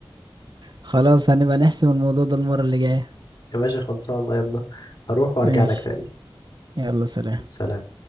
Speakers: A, on the right (about 55°); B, on the left (about 55°).
A: خلاص هنبقى نحسم الموضوع ده المرة اللي جاية
B: يا باشا خلصان يلا هروح وارجع
A: ماشي
B: لك تاني
A: يلا سلام
B: سلام